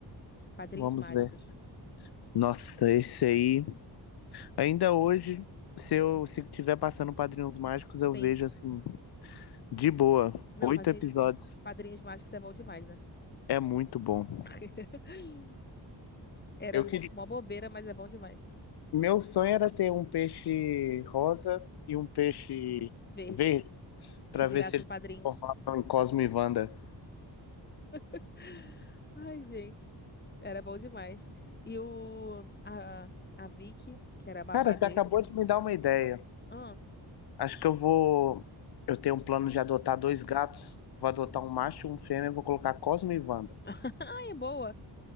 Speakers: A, on the left; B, on the left.
A: Padrinhos
B: Vamos
A: Mágicos.
B: ver. Nossa, esse aí. Ainda hoje, se eu se tiver passando Padrinhos Mágicos,
A: Sim.
B: eu vejo assim, de boa.
A: Não,
B: Oito
A: Padrinhos,
B: episódios.
A: Padrinhos Mágicos é bom demais, né?
B: É muito bom.
A: <laughs> Era
B: Eu
A: mó
B: queria.
A: mó bobeira, mas é bom demais.
B: Meu sonho era ter um peixe rosa e um peixe
A: Verde.
B: verde. pra
A: Que virassem
B: ver se eles
A: padrinhos.
B: transformavam em Cosmo e Wanda.
A: <laughs> Ai, gente. Era bom demais. E o... A, a Vicky, que era a babá
B: Cara,
A: dele.
B: você acabou de me dar uma ideia.
A: Ah.
B: Acho que eu vou. Eu tenho um plano de adotar dois gatos. Vou adotar um macho e um fêmea. e Vou colocar Cosmo e Wanda.
A: <laughs> Ai, boa.